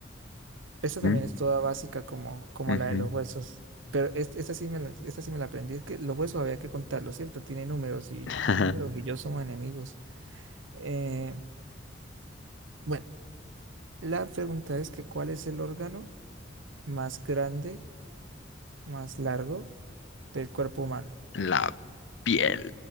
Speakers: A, on the right (about 80°); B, on the left (about 70°).
A: Esta
B: Ujú,
A: también es toda básica como, como
B: ujú.
A: la de los huesos. Pero es- esta sí me la, esta sí me la aprendí. Es que los huesos había que contarlos, ¿cierto? Tiene números y
B: <laughs>
A: los números y yo somos enemigos. Eh, bueno, la pregunta es que ¿cuál es el órgano más grande, más largo del cuerpo humano?
B: La piel.